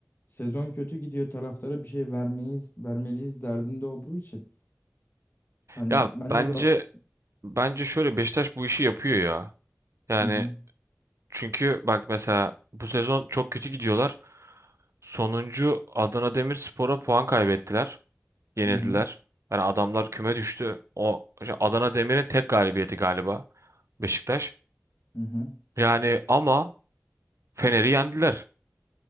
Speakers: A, on the left (about 50°); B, on the right (about 90°).
A: sezon kötü gidiyor taraftara bir şey vermeyiz vermeliyiz derdinde olduğu için. Hani
B: Ya
A: bence
B: bence
A: Gal
B: bence şöyle Beşiktaş bu işi yapıyor ya. Yani
A: hı hı
B: çünkü bak mesela bu sezon çok kötü gidiyorlar. Sonuncu Adana Demirspor'a puan kaybettiler. yenildiler.
A: hı hı
B: Yani adamlar küme düştü. O işte Adana Demir'in tek galibiyeti galiba Beşiktaş.
A: hı hı.
B: Yani ama Fener'i yendiler.